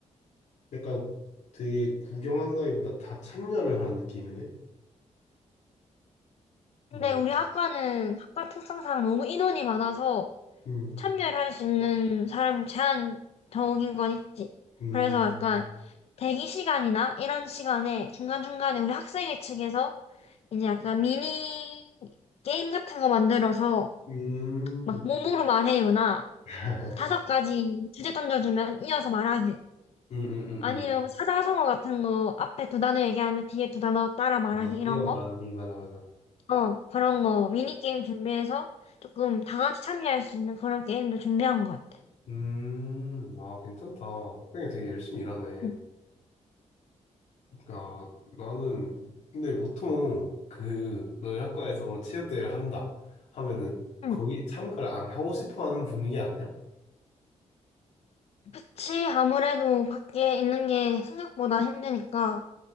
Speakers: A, on the left; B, on the left.
A: 약간 되게 구경한다기보다 다 참여를 하는 느낌이네. 뭔가.
B: 근데 우리 학과는 학과 특성상 너무 인원이 많아서
A: 음,
B: 참여를 할 수 있는 사람이 제한적인 건 있지.
A: 음,
B: 그래서 약간
A: 음,
B: 대기 시간이나 이런 시간에 중간중간에 우리 학생회 측에서 이제 약간 미니 게임 같은 거 만들어서
A: 음,
B: 막 몸으로 말해요나
A: <laughs>
B: 다섯 가지 주제 던져주면 이어서 말하기.
A: 음, 음,
B: 아니면
A: 음.
B: 사자성어 같은 거 앞에 두 단어 얘기하면 뒤에 두 단어 따라 말하기
A: 음. 아,
B: 이런
A: 이어
B: 거.
A: 말하기, 맞아, 맞아.
B: 어, 그런 거 미니게임 준비해서 조금 다 같이 참여할 수 있는 그런 게임도 준비한 것 같아.
A: 음, 아, 괜찮다. 형이 되게 열심히 일하네.
B: 응.
A: 아, 나는, 근데 보통 그, 너희 학과에서 그런 체육대회를 한다 하면은
B: 응.
A: 거기 참가를 안 하고 싶어 하는 분위기 아니야?
B: 그치, 아무래도 밖에 있는 게 생각보다 힘드니까,